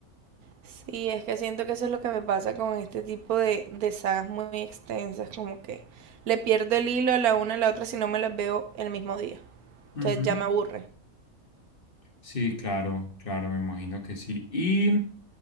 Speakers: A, on the right; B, on the left.
A: Sí, es que siento que eso es lo que me pasa con este tipo de, de sagas muy extensas, como que le pierdo el hilo a la una a la otra si no me las veo el mismo día. Entonces
B: Ujú.
A: ya me aburre.
B: Sí, claro, claro, me imagino que sí. ¿Y